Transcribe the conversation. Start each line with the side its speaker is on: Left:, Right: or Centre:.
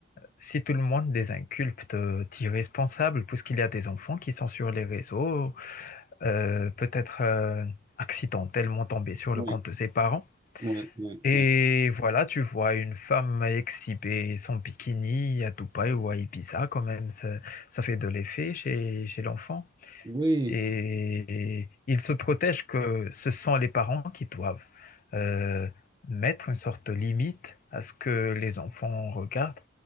Left: Si tout le monde les inculpte euh, d'irresponsables, puisqu'il y a des enfants qui sont sur les réseaux, euh, peut-être euh, accidentellement tombés sur
Right: Oui,
Left: le compte de ses parents.
Right: oui, oui,
Left: Et
Right: oui.
Left: voilà, tu vois une femme exhiber son bikini à Dubaï ou à Ibiza, quand même, ça, ça fait de l'effet chez, chez l'enfant.
Right: Oui,
Left: Et ils se protègent que ce sont les parents qui doivent euh, mettre une sorte de limite à ce que les enfants regardent.